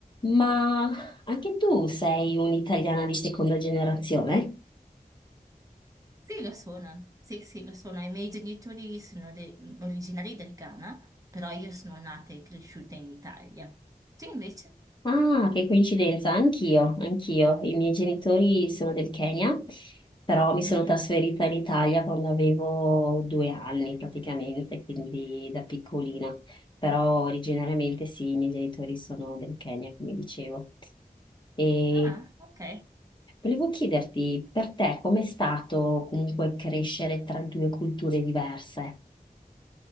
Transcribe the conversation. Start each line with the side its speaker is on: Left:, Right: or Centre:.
Left: Ma anche tu sei un'italiana di seconda generazione?
Right: Sì, lo sono, sì, sì, lo sono. I miei genitori sono de- originari del Ghana, però io sono nata e cresciuta in Italia. Tu invece?
Left: Ah, che coincidenza, anch'io, anch'io. I miei genitori sono del Kenya, però mi
Right: Mhm.
Left: sono trasferita in Italia quando avevo due anni praticamente, quindi da piccolina. Però originariamente sì, i miei genitori sono del Kenya, come dicevo. E
Right: Ah, ok.
Left: volevo chiederti, per te, com'è stato comunque crescere tra due culture diverse?